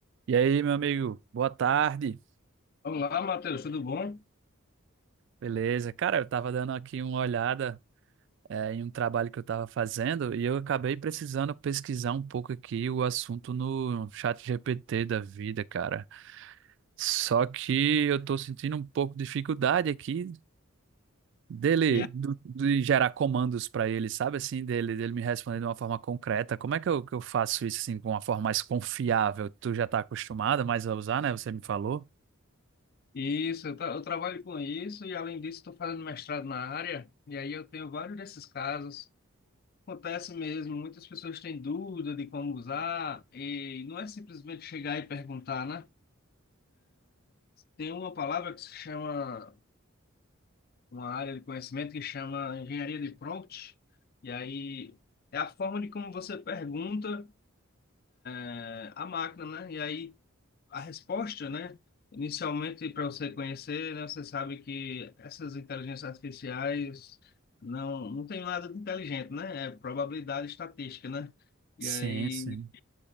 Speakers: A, on the right; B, on the left.
A: E aí, meu amigo, boa tarde.
B: Olá, Matheus, tudo bom?
A: Beleza? Cara, eu tava dando aqui uma olhada, eh, em um trabalho que eu tava fazendo e eu acabei precisando pesquisar um pouco aqui o assunto no chat GPT da vida, cara. Só que eu tô sentindo um pouco de dificuldade aqui dele,
B: E aí,
A: do- de gerar comandos pra ele, sabe assim, dele, dele me responder de uma forma concreta. Como é que eu, que eu faço isso assim, de uma forma mais confiável? Tu já tá acostumado mais a usar, né? Você me falou?
B: Isso, eu, tra- eu trabalho com isso e além disso estou fazendo mestrado na área e aí eu tenho vários desses casos. Acontece mesmo, muitas pessoas têm dúvida de como usar e não é simplesmente chegar e perguntar, né? Tem uma palavra que se chama, uma área de conhecimento que chama engenharia de prompt e aí é a forma de como você pergunta é, à máquina, né? E aí a resposta, né? Inicialmente, para você conhecer, né, você sabe que essas inteligências artificiais não, não tem nada de inteligente, né? É probabilidade estatística, né? E
A: Sim,
B: aí,
A: sim.